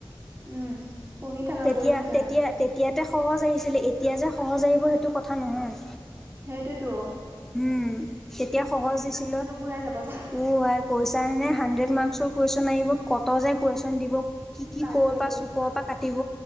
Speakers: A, on the right; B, in the centre.
A: উম পঢ়ি থাকা
B: তেতিয়া
A: পঢ়ি থাকা
B: তেতিয়া তেতিয়াতে সহজ আহিছিলে এতিয়া যে সহজ আহিব সেইটো কথা নহয়।
A: সেইটোতো।
B: উম, তেতিয়া সহজ দিছিলে,
A: ঘূৰাই যাব যা
B: অ' আই কৈছাহেনে হাণ্ড্ৰেড মাৰ্কস ৰ কুৱেশ্যন আহিব কত যে কুৱেশ্যন দিব কি কি
A: তাকেতো
B: কৰ' পৰা চুকৰ পৰা কাটিব